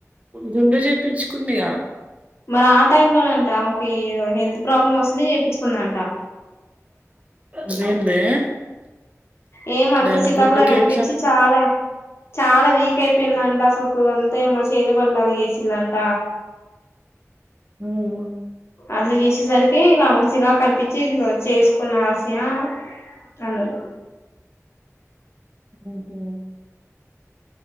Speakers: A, on the right; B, on the left.
A: గుండు చేపించుకుందిగా.
B: మరి ఆ టైం లోనే అంట ఆమెకి హెల్త్ ప్రాబ్లమ్ వస్తనే చేపించుకుందంట.
A: అదేందే
B: ఏమో అంతా
A: దాని
B: చికాగుల
A: గుండుకి
B: కనిపించి
A: ఏం
B: చాలా చాలా వీక్ అ పిన్న అంట అసలుకు అంతా ఏమో చేతబడ్లు అవి ఎసిల్లంట
A: అమ్మనియమ్మ
B: అట్ల చేసేసరికి ఇగ ఆమెకు చిరాకనిపించి ఇగ చేసుకున్న హాస్య అన్నది
A: అపోల్